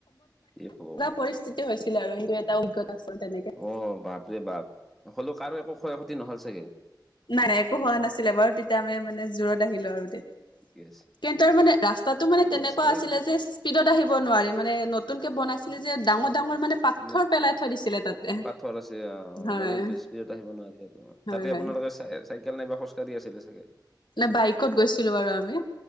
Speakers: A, in the centre; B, on the left.
A: ইয়ে ভগৱান
B: পৰিস্থিতি হৈছিলে আৰু সেইটো এটা অভিজ্ঞতা আছিল। তেনেকে
A: অ, বাপৰে বাপ হলেও কাৰো একো ক্ষয় ক্ষতি নহল চাগে।
B: নাই - নাই একো হোৱা নাছিলে বাৰু তেতিয়া আমি মানে জোৰত আহিলো আৰু তে
A: ঠিকে আছে।
B: কিন্ত তাৰ মানে ৰাস্তাতটো
A: ঠিকে
B: মানে তেনেকুৱা
A: আছে, এই
B: আছিলে যে। পিডত আহিব নোৱাৰি মানে নতুনকৈ বনাইছিলে যে ডাঙৰ ডাঙৰ মানে পাথৰ
A: নত
B: পেলাই থৈ দিছিলে তাতে
A: পাথৰ আছে অ
B: হয়
A: মানে স্পডত আহিব নোৱাৰি আৰু
B: হয়
A: তাতে
B: হয়
A: আপোনালোকে চাইকেল নাইবা খোজকাঢ়ি আছিলে চাগে।
B: নে বাইকত গৈছিলো বাৰু আমি।